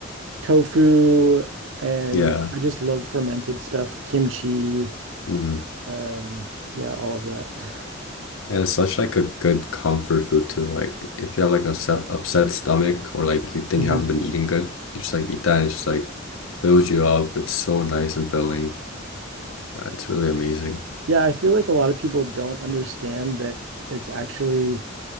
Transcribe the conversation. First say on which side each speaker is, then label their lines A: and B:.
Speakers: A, on the right; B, on the left.
A: tofu and
B: Yeah.
A: I just love fermented stuff, kimchi,
B: hmm
A: um, yeah, all of that. <laughs>
B: And it's such like a good comfort food too. Like if you have like an upset, upset stomach or like you think
A: Mhm.
B: you haven't been eating good, you just like eat that and it just like fills you up. It's so nice and filling. Uh, it's really amazing.
A: Yeah, I feel like a lot of people don't understand that it's actually